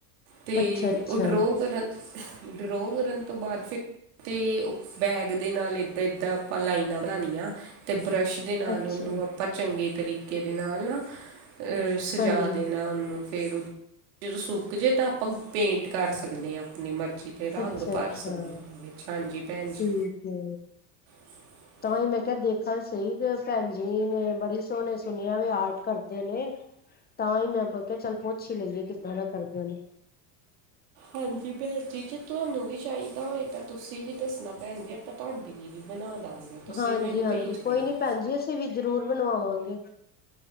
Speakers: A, on the right; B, on the left.
A: ਤੇ
B: ਅੱਛਾ ਅੱਛਾ
A: ਉਹ ਡਰੋ ਕਰਨ ਡਰੋ ਕਰਨ ਤੋਂ ਬਾਅਦ ਫਿਰ ਤੇ ਉਹ ਬੈਗ ਦੇ ਨਾਲ ਏਦਾਂ ਏਦਾਂ ਆਪਾਂ ਲਾਈਨਾਂ ਬਣਾਨੀਆਂ, ਤੇ ਬਰੱਸ਼ ਦੇ ਨਾਲ
B: ਅੱਛਾ
A: ਉਹਨੂੰ ਆਪਾਂ ਚੰਗੇ ਤਰੀਕੇ ਦੇ ਨਾਲ ਨਾ ਸਜਾ
B: ਹਾਂਜੀ
A: ਦੇਣਾ ਉਹਨੂੰ ਫੇਰ ਜਦੋਂ ਸੁੱਕ ਜੇ ਤਾਂ ਆਪਾਂ ਪੇਂਟ ਕਰ ਸਕਦੇ ਆਂ ਆਪਣੀ ਮਰਜ਼ੀ ਦੇ ਰੰਗ
B: ਅੱਛਾ
A: ਭਰ
B: ਅੱਛਾ
A: ਸਕਦੇ ਆਂ ਵਿੱਚ ਹਾਂਜੀ ਭੈਣ ਜੀ।
B: ਠੀਕ ਏ।
A: <inaudible>
B: ਤਾਂ ਹੀ ਮੈਂ ਕਿਹਾ ਦੇਖਾ ਤੇ ਸਈ ਕਿ ਭੈਣ ਜੀ ਨੇ ਬੜੀ ਸੋਹਣੇ ਸੂਣੀਆਂ ਵੇ ਆਰਟ ਕਰਦੇ ਨੇ। ਤਾਂ ਹੀ ਮੈਂ ਆਪ ਕਿਹਾ ਚੱਲ ਪੁੱਛ ਹੀ ਲਈਏ ਕਿੱਦਾਂ ਦਾ ਕਰਦੇ ਨੇ।
A: ਹਾਂਜੀ, ਭੈਣ ਜੀ ਜੇ ਤੁਹਾਨੂੰ ਵੀ ਚਾਹੀਦਾ ਹੋਏ ਤਾਂ ਤੁਸੀਂ ਵੀ ਦੱਸਣਾ, ਭੈਣ ਜੀ ਆਪਾਂ ਤੁਹਾਡੇ ਲਈ ਵੀ ਬਣਾ ਦਾਂਗੇ। ਤੁਸੀਂ
B: ਹਾਂਜੀ-ਹਾਂਜੀ,
A: ਮੈਨੂੰ ਭੇਜ
B: ਕੋਈ
A: ਦੇਣਾ
B: ਨੀ ਭੈਣ ਜੀ ਅਸੀਂ ਵੀ ਜ਼ਰੂਰ ਬਣਵਾਵਾਂਗੇ।